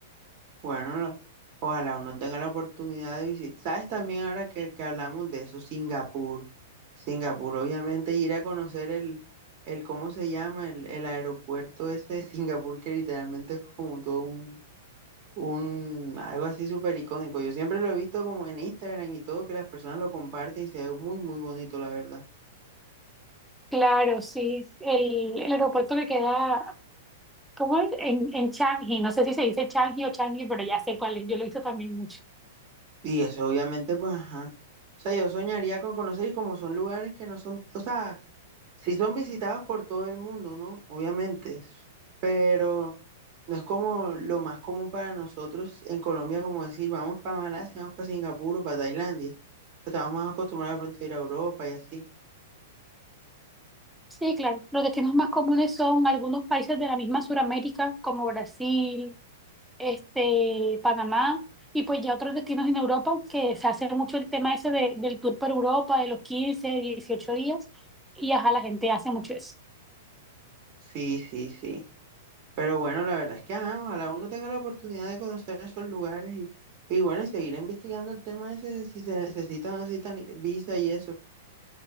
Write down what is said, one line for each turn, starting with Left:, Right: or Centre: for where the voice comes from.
Right: Bueno, no- ojalá uno tenga la oportunidad de visitar. ¿Sabes también ahora que, que hablamos de eso? Singapur. Singapur, obviamente, ir a conocer el, el ¿cómo se llama? El, el aeropuerto ese de Singapur que literalmente es como todo un, un, algo así súper icónico. Yo siempre lo he visto como en Instagram y todo, que las personas lo comparten y se ve muy, muy bonito, la verdad.
Centre: Claro, sí, el, el aeropuerto que queda ¿Cómo en, en, en Changi? No sé si se dice Changi o Changi, pero ya sé cuál es. Yo lo he visto también mucho.
Right: Y eso obviamente, pues, ajá. O sea, yo soñaría con conocer y como son lugares que no son, o sea, sí son visitados por todo el mundo, ¿no? Obviamente, es- pero no es como lo más común para nosotros en Colombia, como decir, vamos para Malasia, vamos para Singapur o para Tailandia. Estamos más acostumbrados de pronto a ir a Europa y así.
Centre: Sí, claro. Los destinos más comunes son algunos países de la misma Suramérica, como Brasil, este, Panamá, y pues ya otros destinos en Europa, que se hace mucho el tema ese de- del tour por Europa, de los 15, 18 días, y ajá, la gente hace mucho eso.
Right: Sí, sí, sí. Pero bueno, la verdad es que, ajá, ojalá uno tenga la oportunidad de conocer esos lugares y, y bueno, y seguir investigando el tema ese de si se necesita o no necesitan visa y eso.